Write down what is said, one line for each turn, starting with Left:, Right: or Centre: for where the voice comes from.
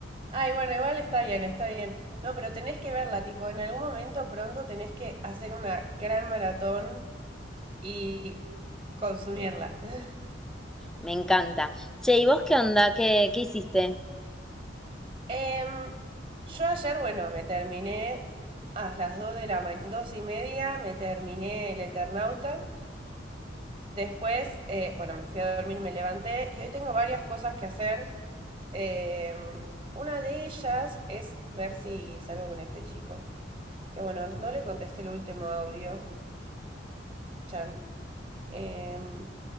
Right: Ay, bueno, igual está bien, está bien. No, pero tenés que verla, tipo, en algún momento pronto tenés que hacer una gran maratón y consumirla. <laughs>
Centre: Me encanta. Che, ¿y vos qué onda? ¿Qué, qué hiciste?
Right: Em, yo ayer, bueno, me terminé a las 2 de la mañana, 2 y media, me terminé el Eternauta. Después, eh, bueno, me fui a dormir, me levanté y hoy tengo varias cosas que hacer. Em, una de ellas es ver si salgo con este chico. Que bueno, no le contesté el último audio, Chan. Em,